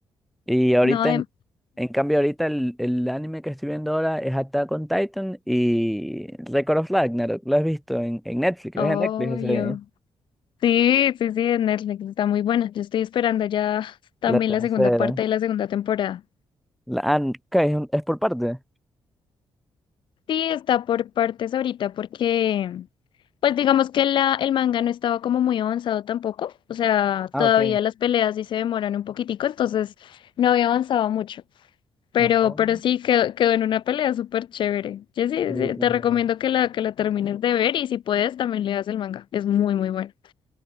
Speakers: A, in the centre; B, on the left (about 60°).
A: Y ahorita,
B: No, de...
A: en, en cambio, ahorita el, el anime que estoy viendo ahora es Attack on Titan y Record of Ragnarok. Lo has visto en, en Netflix,
B: obvio.
A: es en Netflix ese,
B: Sí, sí, sí, de Netflix está muy buena. Yo estoy esperando ya también
A: la tercera.
B: la segunda parte de la segunda temporada.
A: La, ah, ok, es, un- es por parte.
B: Sí, está por partes ahorita porque, pues digamos que la, el manga no estaba como muy avanzado tampoco. O sea,
A: Ah,
B: todavía
A: ok.
B: las peleas sí se demoran un poquitico, entonces no había avanzado mucho. Pero,
A: Oh,
B: pero sí quedó, quedó en una pelea súper chévere. Yo sí,
A: sí, eh,
B: sí, te recomiendo que la, que la termines de ver y si puedes también leas el manga. Es muy, muy bueno.